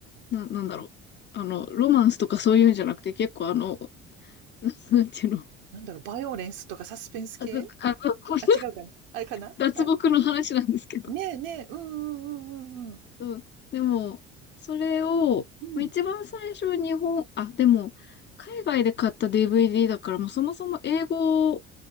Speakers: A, on the left; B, on the right.
A: な、なんだろう。あの、ロマンスとかそういうんじゃなくて結構あの、<laughs> なんていうの
B: なんだろう、バイオレンスとかサスペンス系？
A: あの、あの、これ
B: あ、違うかな？あれかな？
A: 脱獄の話なんですけど。
B: あれ？ねえねえ。うんうんうんうんうん。
A: うん。でも、それを、
B: うん。
A: まあ一番最初日本、あ、でも、海外で買った DVD だから、もうそもそも英語、